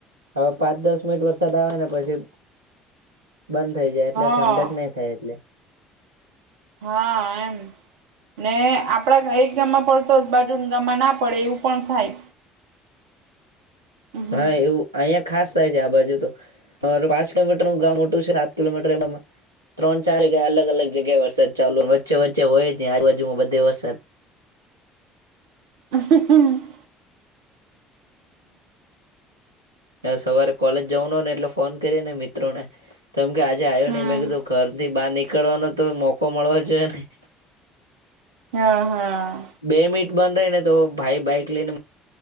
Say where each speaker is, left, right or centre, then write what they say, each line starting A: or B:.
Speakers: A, on the right; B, on the right.
A: હવે પાંચ દસ મિનિટ વરસાદ આવે ને પછી. બંધ થઈ જાય એટલે
B: હા
A: ઠંડક નહી થાય એટલે.
B: હા એમ. ને આપડા એક ગામમાં પડતો બાજુ ગામમાં ના પડે એવું પણ થાય. હમ
A: તો હા એવું અ. ખાસ થાય છે આ બાજુ તો અમારું પાંચ કિલોમીટરનું ગામ મોટું છે સાત કિલોમીટર એમાં. ત્રણ ચાર જગ્યા અગ અલગ જગ્યાએ વરસાદ ચાલુ વચ્ચ વચે હોય ને આજુાજુમાં બધ વરસાદ.
B: હ.
A: સવારે કોલેજ જવાનું હો ને એટલે ફોન કરીએ ને મિત્રો ને. કેમ કે આજે આવ્યો
B: હમ
A: નહી મેં કીધું ઘર થી બહાર નીકળવાનો તો મોકો મળવો જોઈએ ને. <inaudible>
B: હા હા.
A: બે મિનિટ બન ર ને તો ભાઈ બાઈક લઈને.